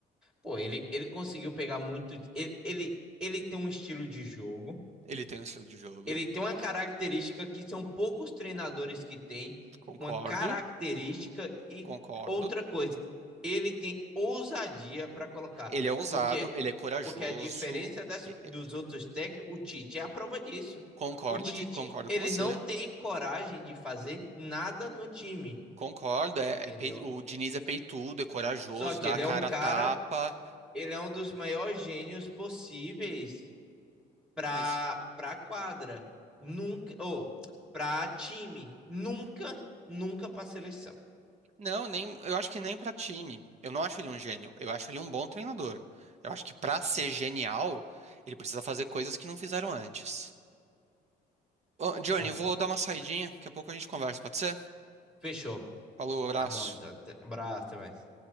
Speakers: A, in the centre; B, on the right.
A: Pô, ele, ele conseguiu pegar muito. Ele, ele, ele tem um estilo de jogo
B: Ele tem um estilo de jogo,
A: ele tem uma característica que são poucos treinadores que têm,
B: concordo,
A: uma característica e
B: concordo.
A: outra coisa, ele tem ousadia para colocar,
B: Ele é ousado,
A: porque
B: ele é corajoso.
A: porque a diferença das,
B: e- e-
A: dos outros técnicos, o Tite é a prova disso.
B: Concordo,
A: O Tite,
B: de- concordo
A: ele
B: com você.
A: não tem coragem de fazer nada no time,
B: Concordo, é,
A: entendeu?
B: é pei- o Diniz é peitudo, é corajoso,
A: Só que
B: dá
A: ele
B: a cara
A: é um cara,
B: a tapa,
A: ele é um dos maiores gênios possíveis pra,
B: mas
A: pra quadra. Nunca, ou pra time. Nunca, nunca pra seleção.
B: Não, nem, eu acho que nem pra time. Eu não acho ele um gênio. Eu acho ele um bom treinador. Eu acho que pra ser genial, ele precisa fazer coisas que não fizeram antes. Ô, Johnny,
A: Concordo.
B: eu vou dar uma saidinha. Daqui a pouco a gente conversa, pode ser?
A: Fechou.
B: Falou, abraço.
A: Tá bom, então. Abraço, até mais.